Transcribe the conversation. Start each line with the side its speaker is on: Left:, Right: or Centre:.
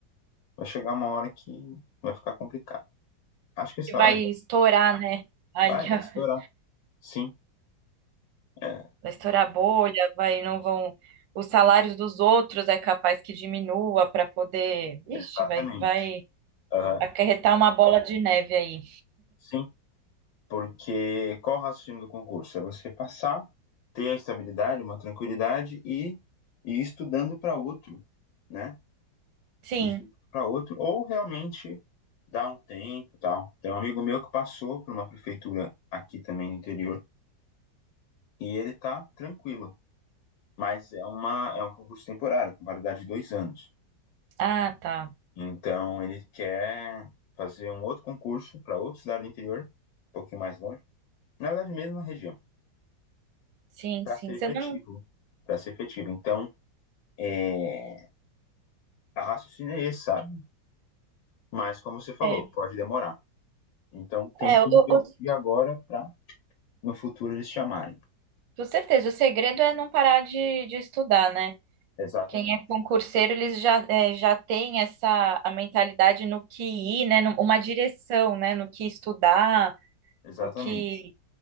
Left: Vai chegar uma hora que vai ficar complicado. Acho que essa
Right: Que vai
Left: hora já se-
Right: estourar, né? Ali,
Left: vai, vai
Right: ó,
Left: estourar. Sim, é,
Right: vai estourar a bolha, vai, não vão. Os salários dos outros é capaz que diminua para poder. Ixi,
Left: exatamente.
Right: vai, vai
Left: Aham,
Right: Acarretar uma bola de neve aí.
Left: Sim, porque qual o raciocínio do concurso? É você passar, ter a estabilidade, uma tranquilidade e, e ir estudando para outro, né?
Right: Sim.
Left: Ir Estudando para outro, ou realmente dar um tempo e tal. Tem um amigo meu que passou por uma prefeitura aqui também no interior e ele tá tranquilo, mas é uma, é um concurso temporário, com validade de dois anos.
Right: Ah, tá.
Left: Então ele quer fazer um outro concurso para outra cidade do interior, um pouquinho mais longe, na verdade, mesmo na região,
Right: Sim,
Left: para
Right: sim.
Left: ser
Right: Você
Left: efetivo,
Right: não.
Left: para ser efetivo. Então, é, a raciocínio é esse, sabe? Mas como você falou,
Right: É,
Left: pode demorar. Então tem
Right: é
Left: que
Right: o,
Left: investir
Right: o-
Left: agora para no futuro eles chamarem.
Right: com certeza. O segredo é não parar de, de estudar, né?
Left: Exatamente.
Right: Quem é concurseiro, eles já, é, já tem essa a mentalidade no que ir, né? Num- Uma direção, né? No que estudar,
Left: Exatamente.
Right: o que